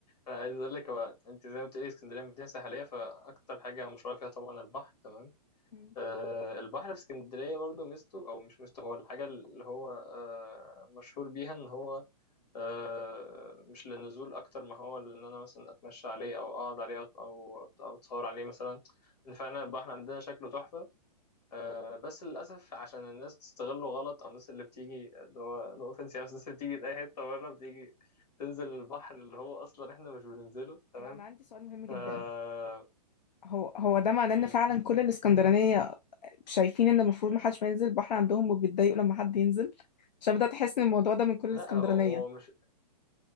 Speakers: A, on the left; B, on the left.
A: أنا عايز أقول لك هو أنت زي ما بتقولي اسكندرية مدينة ساحلية فأكتر حاجة مشهورة فيها طبعا البحر تمام
B: مم.
A: آه، البحر في اسكندرية برضو ميزته أو مش ميزته هو الحاجة اللي هو آه، مشهور بيها إن هو آه، مش للنزول أكتر ما هو إن أنا مثلا أتمشى عليه أو أقعد عليه أو أو أو أتصور عليه مثلا إن فعلا البحر عندنا شكله تحفة آه، بس للأسف عشان الناس تستغله غلط أو الناس اللي بتيجي اللي هو نو أوفنس يعني بس الناس اللي بتيجي من أي حتة بره بتيجي تنزل البحر اللي هو أصلا إحنا مش بننزله تمام
B: انا انا عندي سؤال مهم جدا
A: ف <laughs>
B: هو هو ده معناه
A: م-
B: ان فعلا كل الاسكندرانيه شايفين ان المفروض محدش ما ينزل البحر عندهم وبيتضايقوا لما حد ينزل عشان بدأت احس ان الموضوع ده من كل
A: لا
B: الاسكندرانية
A: هو هو مش